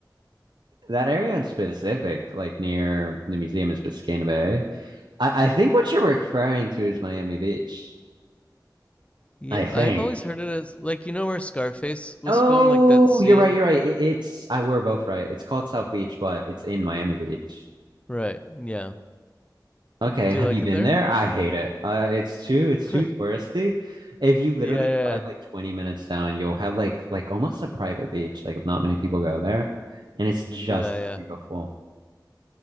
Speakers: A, on the right (about 85°); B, on the left (about 15°).
A: That area in specific, like near the museum in Biscayne Bay. I, I think what you're referring to is Miami Beach.
B: Yeah,
A: I think.
B: I've always heard it as like you know where Scarface was
A: Oh,
B: filmed, like that scene.
A: you're right. You're right. It, it's I were both right. It's called South Beach, but it's in Miami Beach.
B: Right. Yeah.
A: Okay,
B: Do
A: have
B: you like
A: you been
B: it there?
A: there? I hate it. Uh, it's too it's
B: <laughs>
A: too
B: yeah,
A: touristy. If you literally
B: yeah, yeah,
A: drive like 20 minutes down, you'll have like like almost a private beach. Like not many people go there, and it's just
B: yeah, yeah,
A: as beautiful.